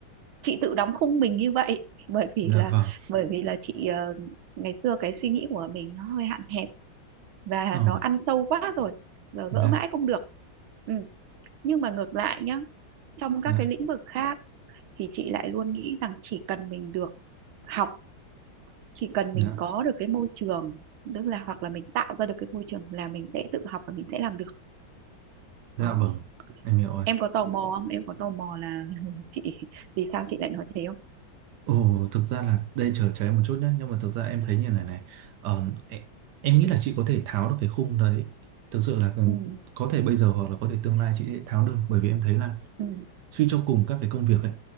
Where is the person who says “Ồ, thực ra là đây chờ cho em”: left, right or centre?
Right